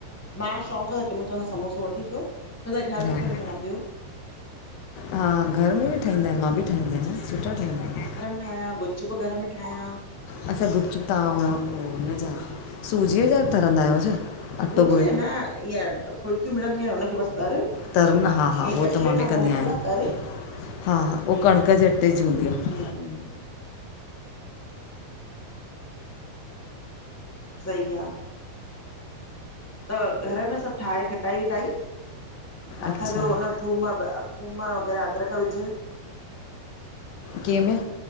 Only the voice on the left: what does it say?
हा
हा घर में बि ठाहींदा आहिनि, मां बि ठाहींदी आहियां, सुठा ठहींदा आहिनि।
अच्छा गुप- चुप तव्हां हुनजा सूजीअ जा तरंदा आहियो छा? अटो
ॻोहे
तर न, हा- हा
उहो
त मां
बि कंदी
आहियां,
हा हा उह कणिक जे अटे जी हूंदी आहे।
अच्छा
कें में